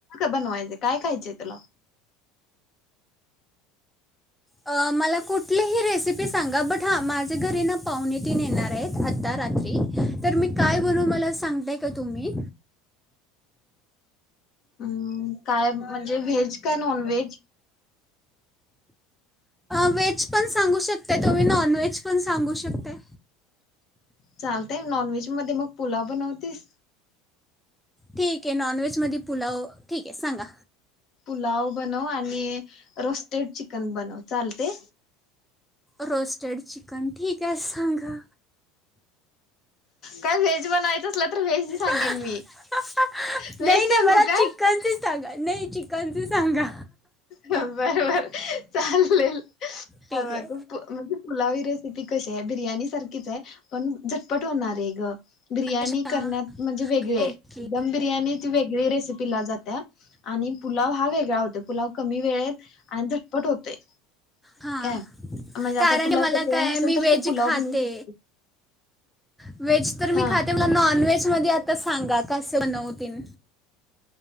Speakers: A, on the left; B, in the centre.
A: क बनवायची काय खायची आहे तुला?
B: अ मला कुठलीही रेसिपी सांगा बट हा माझे घरी ना पाहुणेतिन येणार आहेत आता रात्री तर मी काय बनवू मला सांगा. लाय का तुम्ही?
A: हम्म काय म्हणजे व्हेज काय नॉनव्हेज?
B: व्हेज पण सांगू शकताय तुम्ही नॉन नॉनव्हेज पण सांगू शकताय.
A: चालतय नॉनव्हेज मध्ये मग पुलाव बनवतीस.
B: ठीक आहे नॉनव्हेजमध्ये पुलाव ठीक आहे सांगा.
A: पुलाव बनव आणि रोस्टेड चिकन बनव चालतय.
B: रोस्टेड चिकन ठीक आहे सांगा.
A: काय व्हेज बनवायचं असल तर व्हेज सांगेन
B: नाही
A: मी व्हेज
B: नाही
A: सांगू
B: मला
A: काय?
B: चिकनचे सांगा नाही चिकनच सांगा.
A: हा बर बर चालेल
B: ठीक
A: म्हणजे
B: आहे
A: पुलावी रेसिपी कशी? त्या बिर्याणी सारखीच आहे पण झटपट होणारी आहे ग बिर्याणी
B: अच्छा
A: करण्यात म्हणजे वेगळे
B: ओके
A: दम बिर्याणी त वेगळी रेसिपीला जात्या आणि पुलाव हा वेगळा होतो. पुलाव कमी वेळेत आणि झटपट होतय,
B: हां
A: काय म्हणजे आता
B: कारण
A: तुला
B: मला
A: जर वेळ
B: काय
A: नसेल
B: मी
A: तर
B: व्हेज
A: तू पुलाव
B: खाते
A: बनवू शकते
B: व्हेज तर
A: हा
B: मी खाते मला नॉनव्हेजमध्ये आता सांगा कसं बनवतील.